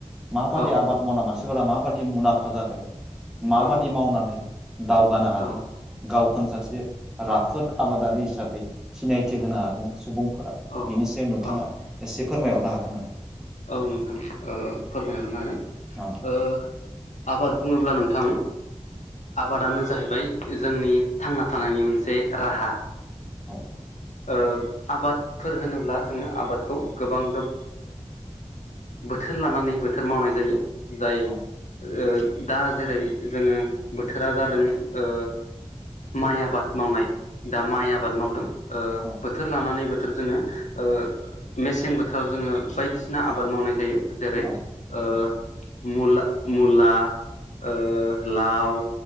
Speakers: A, in the centre; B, on the left.
A: माबादि
B: औ
A: आबाद मावना मानसि फोरा माबादि मुलाम्फा जादों माबादि
B: औ
A: मावनानै दावगानो हादों
B: औ
A: गावखौनो सासे राफोद आबादारि हिसाबै सिनायथि होनो हादों सुबुंफोरा
B: औ
A: बेनि सायाव नों
B: औ
A: थाङा एसे फोरमायहरनो हागोन नामा
B: औ नोंथां ओ फोरमायहरनो हागोन
A: औ
B: ओ आबाद बुङोब्ला नोंथां आबादानो जाहैबाय जोंनि थांना थानायनि मोनसे राहा
A: औ
B: ओ आबादफोर होनोब्ला जोंङो आबादखौ गोबां ओ बोथोर लानानै बोथोर मावनाय जायो जाय
A: औ
B: ओ दा जेरै जोंङो बोथोरा जादों ओ माइ आबाद मावनाय दा माइ आबाद मावदों ओ
A: औ
B: बोथोर लानानै बोथोर जोंङो ओ मेसें बोथोराव जोंङो बायदिसिना आबाद मावनाय जायो जेरै
A: औ
B: ओ
A: औ
B: मुला-मुला ओ लाव